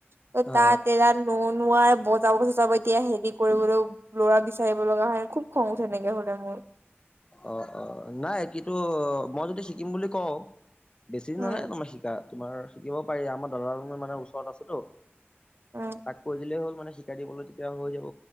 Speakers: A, on the right (about 60°); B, on the left (about 20°).
A: ত
B: অ
A: তাত এয়া ন নোৱাৰ বজাব চজাব এতিয়া হেৰি কৰিবলৈ লৰা বিচাৰিব লগা হয় খুব। খং উঠে এনেকে হলে মোৰ
B: অঁ অঁ নাই কিন্তু। মই যদি শিকিম বুলি কওঁ, বেছি দিন
A: উম
B: নালাগে তোমাৰ শিকাত তোমাৰ শিকিবওঁ পাৰি আমাৰ দাদা মানে ওচৰত আছেতো
A: উম
B: তাক কৈ দিলেই হ'ল মানে শিকাই দিবলৈ তেতিয়া হৈ যাব